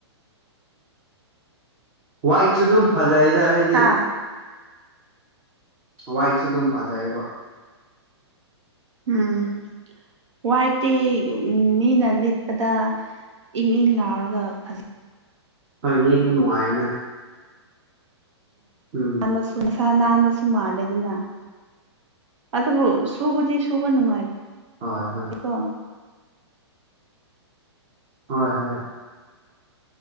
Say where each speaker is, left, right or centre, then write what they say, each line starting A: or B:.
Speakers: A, on the right (about 25°); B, on the right (about 90°).
A: ꯋꯥꯏꯠꯁꯨ ꯑꯗꯨꯝ ꯐꯖꯩꯗ ꯍꯥꯏꯗꯤ
B: ꯍꯥ
A: ꯋꯥꯏꯠꯁꯨ ꯑꯗꯨꯝ ꯐꯥꯖꯩꯌꯦꯕꯣ
B: ꯎꯝ ꯋꯥꯏꯛꯇꯤ ꯃꯤꯅ ꯂꯤꯠꯄꯗ ꯏꯪ ꯏꯪ ꯂꯥꯎꯔꯒ ꯐꯖ
A: ꯍꯣꯏ ꯌꯦꯡꯅꯨ ꯍꯥꯏꯥꯏꯅ ꯎꯝ
B: ꯅꯥꯟꯕꯁꯨ ꯃꯁꯥ ꯅꯥꯟꯕꯁꯨ ꯃꯥꯜꯂꯦꯗꯅ ꯑꯗꯨꯕꯨ ꯁꯨꯕꯨꯗꯤ ꯁꯨꯕ ꯅꯨꯡꯉꯥꯏ
A: ꯍꯣꯏ ꯍꯣꯏ
B: ꯑꯗꯨꯒꯀꯣ
A: ꯍꯣꯏ ꯍꯣꯏ